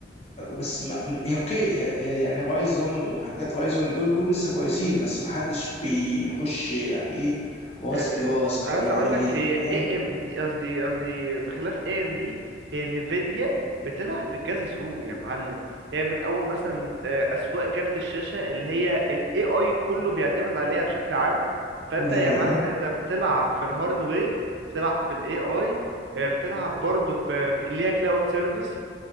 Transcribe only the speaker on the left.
بس ما هي اوكي هي هي يعني رايزون ومحركات رايزون دول كلهم لسه كويسين بس ما حدش بيخش يعني ايه راس
براس كده
مع
نفيديا
فاهم
دي
حقيقة